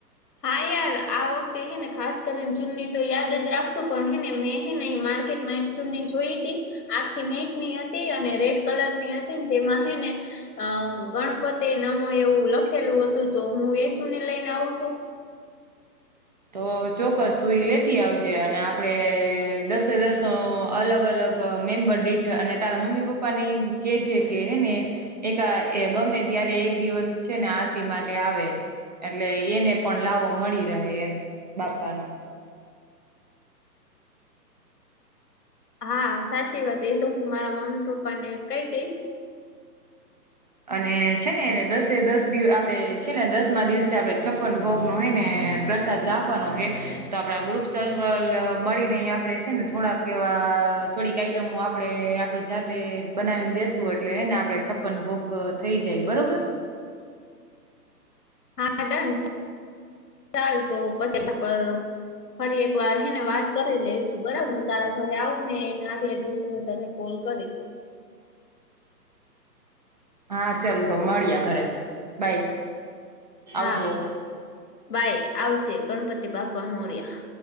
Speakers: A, on the left (about 70°); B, on the right (about 25°).
A: હા યાર આ વખતે હેને ખાસ કરીને ચૂનની તો યાદ જ રાખશું પણ હેને મે હે મા માર્કેટ એક ચુનની જોઈ હતી આખી નેટ ની હતી અને રેડ કલર ની હતી ને તેમાં હે ને અ ગણપતિ નમો એવું લખેલું હતું તો હું એ ચુંનની લઈને આવું તો?
B: તો ચોક્કસ તું એ લેતી આવજે અને આપડે દસે દસ નો અલગ-અલગ મેમ્બર દીઠ અને તારા મમ્મી પપ્પા <unintelligible> કેજે હે ને એક એ ગમે ત્યારે એક દિવસ છે ને આરતી માટે આવે એટલે એને પણ લાવો મળી રહે એમ બાપા નું.
A: હા સાચી વાત એ તો હું મારા મમ્મી-પપ્પા ને કઈ દઈશ
B: અને છે ને એને દસે દસ દિવ આપણે છે ને દસ દિવસે આપડે છપ્પન ભોગ નું હોય ને પ્રસાદ રાખવાનો હે. તો આપડા ગ્રુપ સર્કલ મળીને આપડે છે ને થોડાક એવા થોડીક આઈટમો આપણે આપણી જાતે બનાવીને દેસું એટલે હને આપણેે છપ્પન ભોગ થઈ જાય બરોબર?
A: હા ડન ચાલ તો પછી કરુ ફરી એક વાર હને વાત કરી લઈશું બરાબર હું તારા ઘરે આવું ને એને આગલા દિવસે હું તને કોલ કરીશ.
B: હા ચાલ તો મળ્યા ઘરે બાય.
A: હા
B: આવજો
A: બાય આવજે ગણપતિ બાપા મોર્યા.